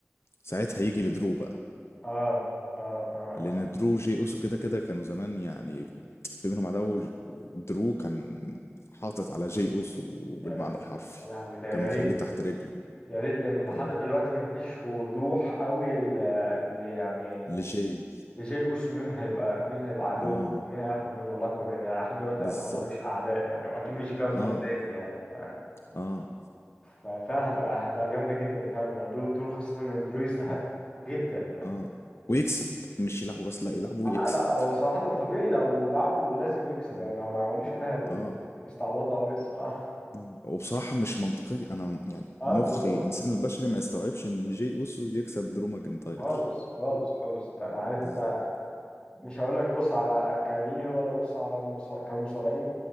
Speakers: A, on the left; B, on the left.
A: ساعتها يجي لدرو بقى
B: اه اه اه
A: لان
B: آه.
A: درو وجي اوسو كده كده كانوا زمان يعني في بينهم عداوه ودرو كان حاطط على جي اوسو بالمعنى
B: يا لهوي
A: الحرفي
B: يا لهوي ده يا
A: كان مخليه
B: ريت
A: تحت رجله
B: يا ريت لان لحد
A: اه
B: دلوقتي ما فيش وضوح قوي ل- ل- يعني
A: لجي
B: لجاي اوسو مين هيبقى مين هيبقى عدو
A: اه
B: مين هياخد منه لقب لان لحد دلوقتي
A: بالظبط
B: يعتبر ملوش اعداء يعني واكيد مش جانسر
A: اه
B: تاني يعني ف
A: اه
B: ففعلا هتبقى هتبقى جامدة جدا فعلا لو درو درو خاصة ان درو يستحق
A: اه
B: جدا يعني
A: اه ويكسب مش يلعبوا بس لا يلعبوا
B: لا
A: ويكسب
B: لا هو صراحة طبيعي لو لعبوا لازم يكسب
A: اه
B: يعني لو ما عملوش كده هيبقوا بي-
A: اه
B: بيستعبطوا قوي الصراحة
A: آه. وبصراحة مش منطقية انا يعني
B: <laughs> اه
A: مخ
B: بالظبط
A: الانسان البشري ما يستوعبش ان جي اوسو يكسب درو ماكنتاير
B: خالص خالص خالص انت عارف
A: بالظبط
B: انت مش هقول لك بص على كارير ولا بص على مصا... كمصارعين